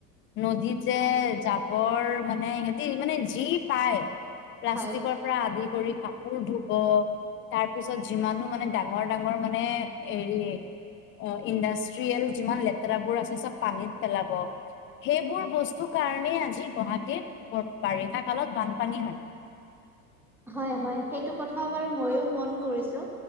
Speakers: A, on the left; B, in the centre.
A: নদীত যে
B: হয়
A: জাবৰ মানে সিহঁতি মানে যি পায় প্লাষ্টিকৰ
B: হয়
A: পৰা আদি কৰি কাপোৰ ধুব। অ, তাৰ পিছত যিমানো মানে ডাঙৰ ডাঙৰ মানে হেৰি অ ইণ্ডাষ্ট্ৰিয়েল যিমান লেতেৰাবোৰ আছে চব পানীত পেলাব। সেইবোৰ বস্তু কাৰণেই আজি গুৱাহাটীত বাৰিষা কালত বানপানী হয়।
B: <inaudible> হয়, হয়। সেইটো কথা বাৰু ময়ো মন কৰিছো।